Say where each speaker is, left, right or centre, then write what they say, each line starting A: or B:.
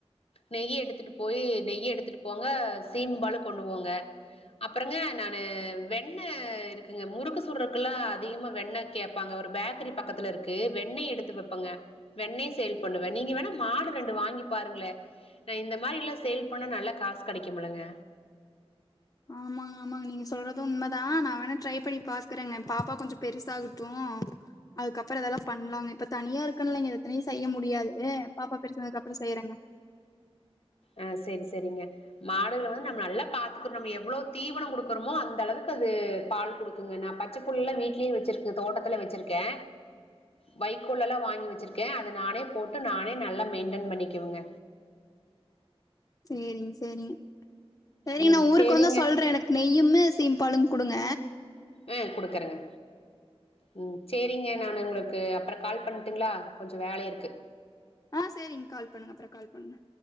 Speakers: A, on the left (about 70°); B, on the left (about 35°).
A: நெய் எடுத்துட்டு போயி நெய் எடுத்துட்டு போங்க சீம்பாலு கொண்டு போங்க அப்பறங்க நானு வெண்ண இருக்குங்க முறுக்கு சுடுறக்கல்லா அதிகமா வெண்ண கேப்பாங்க ஒரு பேக்கரி பக்கத்துல இருக்கு வெண்ணய் எடுத்து வப்பங்க வெண்ணெய் சேல் பண்ணுவே நீங்க வேணா மாடு ரெண்டு வாங்கி பாருங்ளே நா இந்த மாரிலா சேல் பண்ணா நல்லா காஸ் கெடைக்குமுலங்க
B: ஆமாங்க ஆமாங்க நீங்க சொல்றது உண்மதா நா வேணா ட்ரை பண்ணி பாக்குறேங்க பாப்பா கொஞ்சோ பெருசாகட்டு அதுக்கப்பறோ இதல்லா பண்லாங்க இப்ப தனியா இருக்கன்லங்க இது இத்தனையு செய்ய முடியாது பாப்பா பெருசானதுக்கு அப்பறோ செய்யறங்க
A: அ சரி சரிங்க மாடுகள வந்து நம்ம நல்லா பாத்துக்குர்னு நம்ம எவ்ளோ தீவனோ குடுக்கறமோ அந்த அளவுக்கு அது பால் குடுக் குங்க நா பச்சப் புல்லா வீட்லயே வச்சுருக்கே தோட்டத்துல வச்சுருக்கே வைக்கோல்லல்லா வாங்கி வச்சுருக்கே அத நானே போட்டு நானே நல்லா மெயின்டென் பண்ணிக்குவங்க
B: சேரிங் சேரிங் சேரிங்க
A: ம்
B: நா ஊருக்கு
A: சேரிங்க
B: வந்தா சொல்றே எனக் நெய்யும்மு சீம்பாலும் குடுங்க
A: அ குடுக்குறங்க ம் சேரிங்க நானு உங்களுக் க்கு அப்ற கால் பண்ட்டுங்ளா கொஞ்ச வேலை இருக்கு
B: அ சேரிங் கால் பண்ணுங்க அப்ற கால் பண்ணுங்க